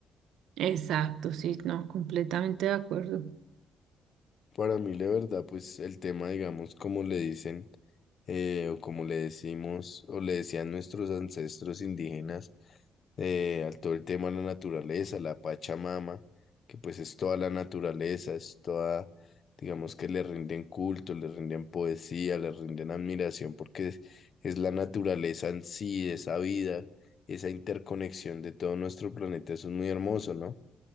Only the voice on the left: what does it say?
Para mí, la verdad, pues el tema, digamos, como le dicen eh, o como le decimos o le decían nuestros ancestros indígenas, eh, al todo el tema de la naturaleza, la Pachamama, que pues es toda la naturaleza, es toda, digamos que le rinden culto, le rinden poesía, le rinden admiración, porque es, es la naturaleza en sí, esa vida, esa interconexión de todo nuestro planeta, eso es muy hermoso, ¿no?